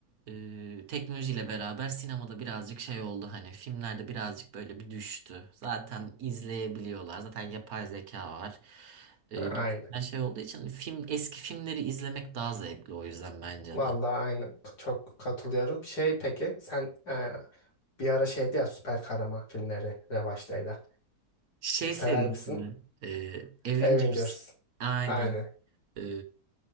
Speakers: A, on the right; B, on the left.
A: e, teknolojiyle beraber sinemada birazcık şey oldu hani filmlerde birazcık böyle bir düştü. Zaten izleyebiliyorlar. Zaten yapay zeka var. E,
B: Ha,
A: gibisinden
B: Aynen.
A: şey olduğu için film eski filmleri izlemek daha zevkli o yüzden bence
B: Vallahi
A: de.
B: aynen. Çok katılıyorum. Şey peki sen e, bir ara şeydi ya süper kahraman filmleri revaçtaydı.
A: Şey
B: Sever
A: serisi
B: misin?
A: mi? E, Avengers.
B: Avengers.
A: Aynen.
B: Aynen.
A: E,